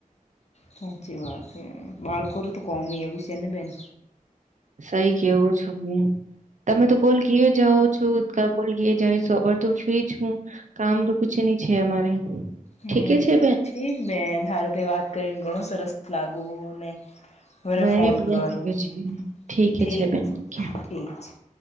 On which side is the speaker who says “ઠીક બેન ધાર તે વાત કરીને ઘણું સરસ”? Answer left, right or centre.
Left